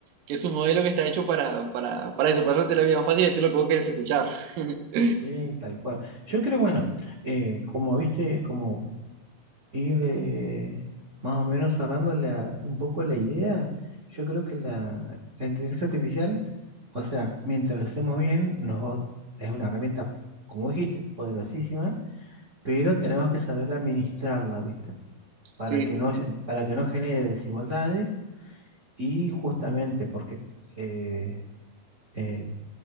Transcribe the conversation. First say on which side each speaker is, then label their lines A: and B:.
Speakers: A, on the right; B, on the right.
A: que es un modelo que está hecho para, para, para eso, para hacerte la vida más fácil y decir lo que vos querés escuchar. <laughs>
B: Sí, tal cual. Yo creo, bueno, eh, como viste, como ir eh, más o menos cerrando la, un poco la idea, yo creo que la, la inteligencia artificial, o sea, mientras lo hacemos bien, nos, va- es una herramienta, como dijiste, poderosísima, pero tenemos que saber administrarla, ¿viste?
A: Sí,
B: para que
A: sí.
B: no, para que no genere desigualdades y justamente porque eh, eh,